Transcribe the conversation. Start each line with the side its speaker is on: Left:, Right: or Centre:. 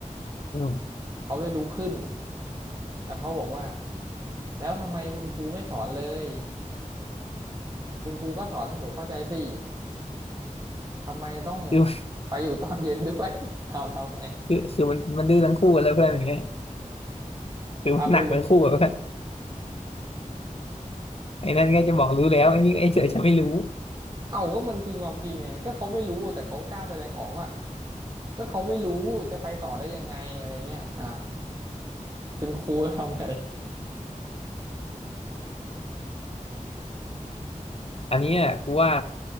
Left: อืม
Right: เขาได้ลุกขึ้นแล้วเขาบอกว่าแล้วทำไมคุณครูไม่สอนเลย คุณครูก็สอนให้หนูเข้าใจสิทำไมต้อง
Left: คือ
Right: ไปอยู่ <laughs> ตอนเย็นด้วย <laughs> เอาทำไง
Left: คือคือมันมันดื้อทั้งคู่กันเลยเพื่อนอย่างเงี้ยคือมันหนักทั้งคู่อะ
Right: เอาไปดู <laughs>
Left: ไอ้นั่นก็จะบอกรู้แล้วไอ้นี่ไอ้เฉยฉันไม่รู้
Right: เอาก็มันคือความจริงไงก็เขาไม่รู้แต่เขากล้าแสดงออกว่าก็เขาไม่รู้ จะไปต่อได้ยังไงอะไรเงี้ยอ่ะเป็นครูทำไง
Left: อันนี้อ่ะกูว่า